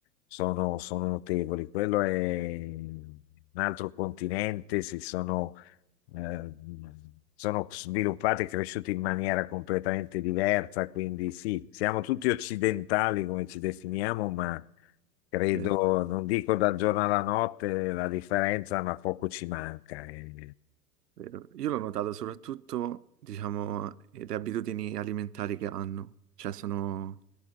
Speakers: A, on the left; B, on the right.
A: sono, sono notevoli. Quello è un altro continente, si sono, eh, sono sviluppati e cresciuti in maniera completamente diversa, quindi sì, siamo tutti occidentali come ci definiamo, ma Credo,
B: vero,
A: non dico dal giorno alla notte la differenza, ma poco ci manca. eh.
B: vero. Io l'ho notato soprattutto, diciamo, le abitudini alimentari che hanno, cioè sono...